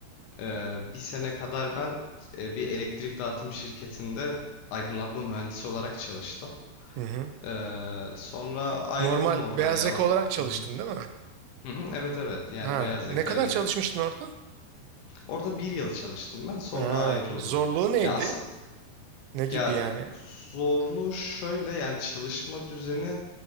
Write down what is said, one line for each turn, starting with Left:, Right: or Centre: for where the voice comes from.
Left: Ee, bir sene kadar ben e, bir elektrik dağıtım şirketinde aydınlatma mühendisi olarak çalıştım.
Right: Hı hı.
Left: Ee, sonra ayrıldım
Right: Normal
Left: oradan
Right: beyaz
Left: ya.
Right: yaka
Left: Hı
Right: olarak çalıştın
Left: hı.
Right: değil mi?
Left: Hı hı, Evet evet yani
Right: Ha,
Left: beyaz
Right: ne
Left: yaka
Right: kadar
Left: ele-
Right: çalışmıştın orada?
Left: orada bir yıl çalıştım ben sonra
Right: Ha,
Left: ayrıldım.
Right: zorluğu neydi?
Left: Ya asıl
Right: Ne gibi
Left: Ya
Right: yani?
Left: zorlu şöyle yani çalışma düzeni